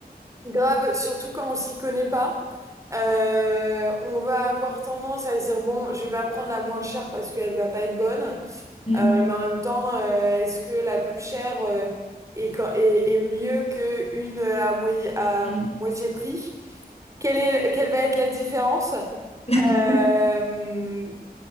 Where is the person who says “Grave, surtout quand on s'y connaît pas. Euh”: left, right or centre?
Right